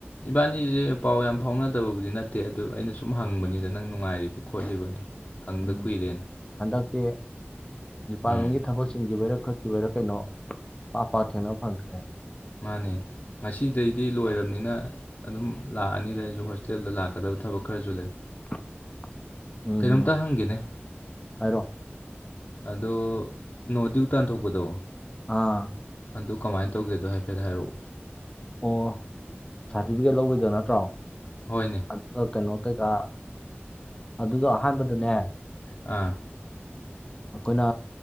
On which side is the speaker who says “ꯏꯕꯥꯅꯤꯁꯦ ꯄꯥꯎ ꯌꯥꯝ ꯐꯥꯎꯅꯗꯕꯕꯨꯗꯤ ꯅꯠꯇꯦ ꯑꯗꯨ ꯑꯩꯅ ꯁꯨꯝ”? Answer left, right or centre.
Left